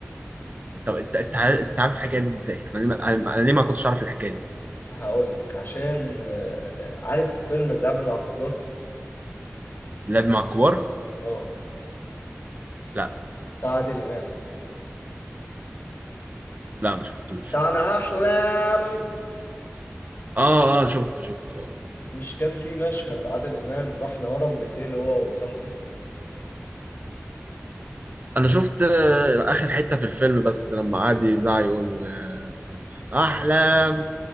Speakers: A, on the right; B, on the left.
A: طب انت انت عارف انت عارف الحكايه دي ازاي؟ انا ليه ما- انا أنا ليه ما كنتش اعرف الحكايه دي؟
B: هقول لك عشان آه، عارف فيلم اللعب مع الكبار
A: لعب مع الكبار؟
B: اه
A: لا
B: بتاع عادل امام
A: لا ما شفتوش
B: بتاع انا هحلم
A: اه اه شفته شفته اه
B: مش كان في مشهد عادل امام راح الهرم بالليل هو وصاحبه
A: انا شفت آه، اخر حته في الفيلم بس لما قعد يزعق يقول آه، احلام